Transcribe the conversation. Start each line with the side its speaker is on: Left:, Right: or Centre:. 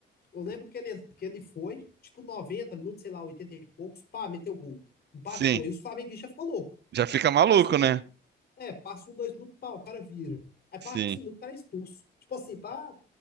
Left: eu lembro que ele, que ele foi, tipo, 90 minutos, sei lá, 80 e poucos, pá, meteu gol. Empatou.
Right: Sim.
Left: E os flamenguistas ficou louco.
Right: Já fica maluco,
Left: Passa um minuto,
Right: né?
Left: é, passa um, dois minutos, pá, o cara vira. Aí passa
Right: Sim.
Left: um minuto, o cara é expulso. Tipo assim, pá,